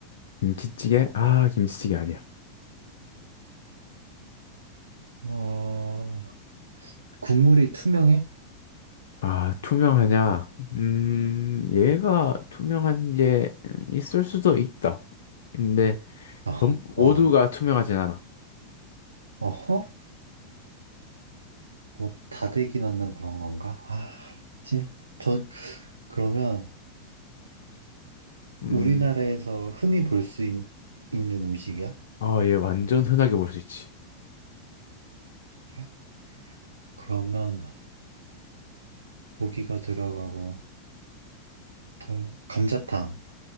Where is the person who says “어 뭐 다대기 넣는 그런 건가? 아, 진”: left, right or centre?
Right